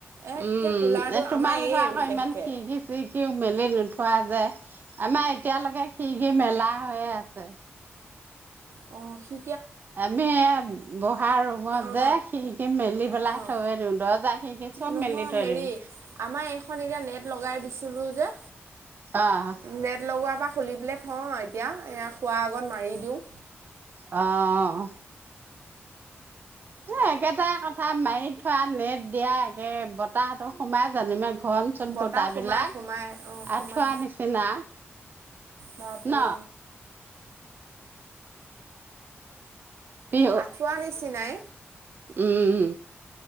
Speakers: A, on the right; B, on the right.
A: একে
B: উম,
A: কুলাৰটো
B: এ তোমালোকৰ
A: আমাৰ এই
B: আকৌ
A: বিশেষকে
B: ইমান খিৰকি- চিৰকি মেলি নো থোৱা যে, আমাৰ এতিয়ালৈকে খিৰকি মেলা হৈয়ে আছে।
A: অ' খি
B: আমি এয়া বহা ৰুমত
A: অ
B: যে খিৰিকি মেলি পেলাই
A: অ
B: থয়ে দিও। দৰ্জা খিৰিকি চব
A: নহয়
B: মেলি থৈ
A: হেৰি
B: দিওঁ
A: আমাৰ এইখন এতিয়া নেট লগাই দিছিলো যে
B: অ'
A: নেট লগোৱাৰ পা খুলি পেলাই থওঁ এতিয়া এ শুৱা আগত মাৰি দিও
B: অ এ একেটা কথা মাৰি থোৱা নেট দিয়া একে বতাহতো সোমাই জানো ইমান ঘন চন
A: বতাহ
B: ফোটা
A: সোমাই
B: বিলাক
A: সোমাই অঁ সোমাই
B: আঁঠুৱা নিচিনা
A: বাপৰে
B: ন পিঅ
A: আঁঠুৱা নিচিনাই
B: উম